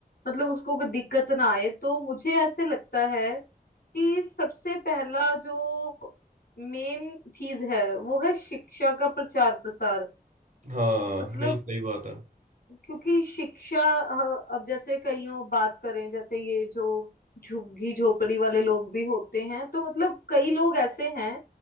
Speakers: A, on the left (about 75°); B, on the right (about 50°).
A: मतलब उसको कोई दिक्कत ना आए तो मुझे ऐसे लगता है कि सबसे पहला जो मेन चीज है वो है शिक्षा का प्रचार प्रसार
B: हाँ
A: मतलब
B: नहीं सही बात है
A: क्योंकि शिक्षा अ, अब जैसे कईयों बात करें जैसे ये जो झुग्गी झोपड़ी वाले लोग भी होते हैं तो मतलब कई लोग ऐसे हैं